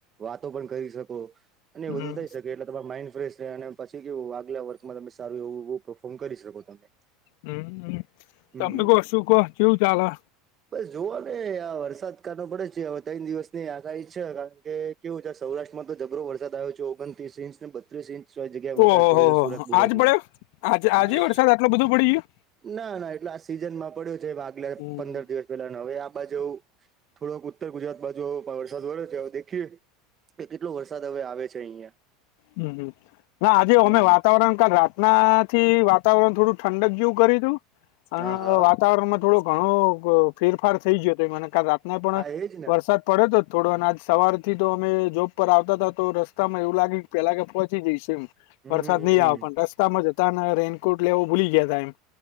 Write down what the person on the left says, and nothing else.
હમ
હમ
તમે
કો શું કો કેવું ચાલે?
ઓહો
આજ પડ્યો આજે
આજે વરસાદ આટલો બધો પડી ગયો
હમ
હમ ના આજે અમે
વાતાવરણ કાલ રાતના થી વાતાવરણ થોડું ઠંડક જેવું કર્યું તું અને
વાતાવરણમાં થોડો ઘણો ફેરફાર થઈ ગયો હતો <unintelligible> ને પણ
વરસાદ પડ્યો તો થોડો અને આજ સવાર થી તો અમે જોબ પર આવતા હતા તો રસ્તા માં એવું લાગ્યું પેલા કે પહોંચી જઈશ એમ
વરસાદ
નહીં આવે પણ રસ્તામાં જતાને રેનકોટ લેવો ભૂલી ગયા તા એમ